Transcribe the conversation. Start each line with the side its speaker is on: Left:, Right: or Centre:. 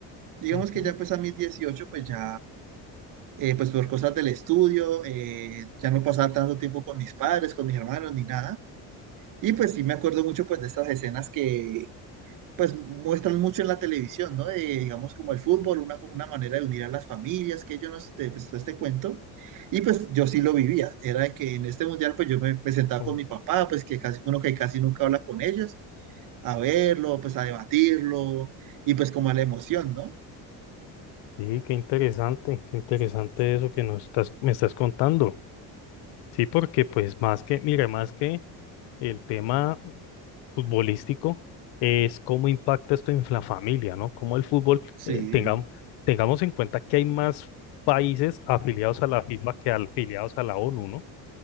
Right: Digamos
Left: Ujú,
Right: que ya pues a mis 18 pues ya, eh, pues por cosas del estudio, eh, ya no pasaba tanto tiempo con mis padres, con mis hermanos, ni nada. Y pues sí me acuerdo mucho pues de estas escenas que pues muestran mucho en la televisión, ¿no? Eh, digamos como el fútbol, una, una manera de unir a las familias, que yo no sé, pues todo este cuento. Y pues yo sí lo vivía, era de que en este mundial pues yo me, me sentaba
Left: ujú.
Right: con mi papá, pues que casi uno que casi nunca habla con ellos, a verlo, pues a debatirlo, y pues como a la emoción, ¿no?
Left: Sí, qué interesante, qué interesante eso que nos estás, me estás contando. Sí, porque pues más que, mira, más que el tema futbolístico es cómo impacta esto en la familia, ¿no? Cómo el fútbol,
Right: Sí,
Left: eh, tengamos, tengamos en cuenta que hay más países afiliados a la FIFA que afiliados a la ONU, ¿no?